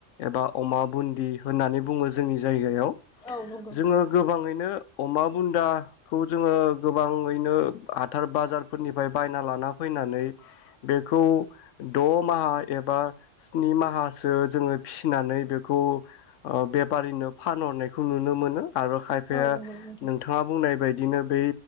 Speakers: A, on the left; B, in the centre.
A: एबा अमा बुन्दि होननानै बुङो जोंनि जायगायाव
B: औ नंगौ
A: जोङो गोबाङैनो नो अमा बुानदाखौ जोङो गोबाङैनो हाथार -बाजार फोरनिफ्राय बायना लाना फैनानै बेखौ द' माहा एबा स्नि माहासो जोङो फिसिनानै बेखौ बेफारिनो फानहरनायखौ नुनो मोनो। आरो खायफाया
B: औ नंगौ नोंथां
A: नोंथाङा बुंनाय बायदि बिदिनो बै